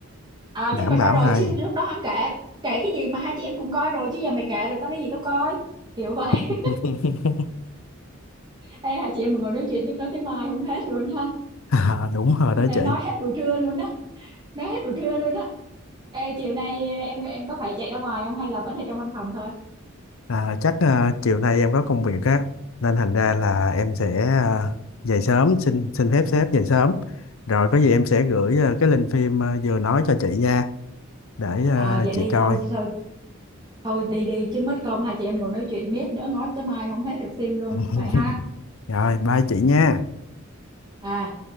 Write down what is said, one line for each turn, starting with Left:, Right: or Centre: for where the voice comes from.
Right: à
Left: đảm
Right: chứ mày
Left: bảo
Right: coi rồi
Left: hay
Right: chứ lúc đó hắn kể kể cái gì mà hai chị em cũng coi rồi chứ giờ mày kể rồi tao lấy gì tao coi kiểu vậy
Left: <laughs>
Right: Ê, hai chị em mình ngồi nói chuyện chắc nói tới mai không hết luôn ha.
Left: À, đúng rồi đó
Right: Ê,
Left: chị
Right: nói hết buổi trưa luôn á, nói hết buổi trưa luôn á. Ê, chiều nay em em có phải chạy ra ngoài không hay là vẫn ở trong văn phòng thôi?
Left: À, chắc à, chiều nay em có công việc á nên thành ra là em sẽ à, dậy sớm xin xin phép sếp dậy sớm rồi có gì em sẽ gửi à, cái link phim à, vừa nói cho chị nha để à,
Right: À vậy
Left: chị
Right: đi
Left: coi
Right: thôi thôi thôi đi đi chứ mất công hai chị em ngồi nói chuyện miết nữa ngó tới mai không hết được phim luôn.
Left: Ừ.
Right: Vậy ha.
Left: rồi bye chị nha
Right: À